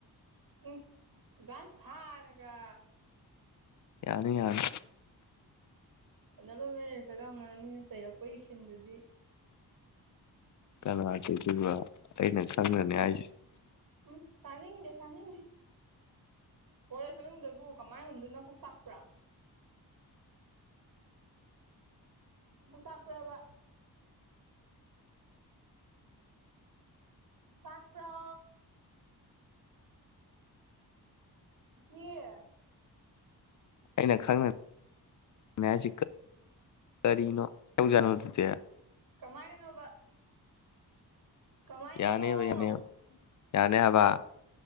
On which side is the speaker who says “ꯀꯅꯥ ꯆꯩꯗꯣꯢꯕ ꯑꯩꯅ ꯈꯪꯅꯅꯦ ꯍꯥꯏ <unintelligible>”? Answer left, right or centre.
Left